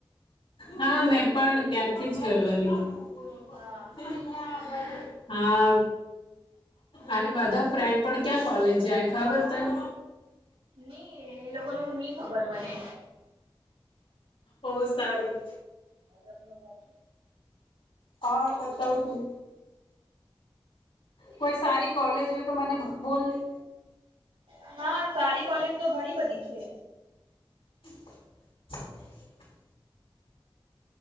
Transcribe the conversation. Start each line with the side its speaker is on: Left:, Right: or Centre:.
Left: હા મેં પણ. ત્યારથી જ કરવાની. બોલો પા
Right: હા
Left: <unintelligible> હા. અને બધા ફ્રેન્ડ પણ ક્યાં કોલેજ જાય ખબર તને?
Right: ની એ લોકોનુ ની ખબર મને.
Left: ઓ સારું.
Right: <unintelligible>
Left: હા, ઔર બતાવ તું. કોઈ સારી કોલેજ હો તો મને બો બોલ ની.
Right: હા સારી કોલેજ તો ઘણી બધી છે.
Left: <inaudible>